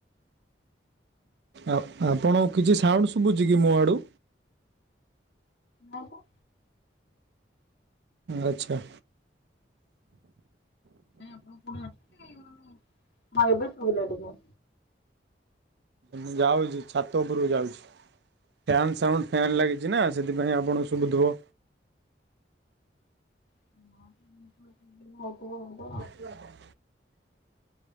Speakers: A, on the right (about 65°); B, on the left (about 65°).
A: ଆ ଆପଣ କିଛି ସାଉଣ୍ଡ ଶୁଭୁଛି କି ମୋ ଆଡୁ?
B: ନାଁ ତ।
A: ଆଚ୍ଛା।
B: ଆପଣ <unintelligible> ମାନେ ହଁ ଏବେ ଶୁଭିଲା ଟିକେ।
A: ମୁଁ ଯାଉଛି, ଛାତ ଉପରକୁ ଯାଉଛି। ଫ୍ୟାନ୍ ସାଉଣ୍ଡ ଫ୍ୟାନ୍ ଲାଗିଛି ନା, ସେଥିପାଇଁ ଆପଣଙ୍କୁ ଶୁଭୁଥିବ।
B: <unintelligible>
A: ବ କ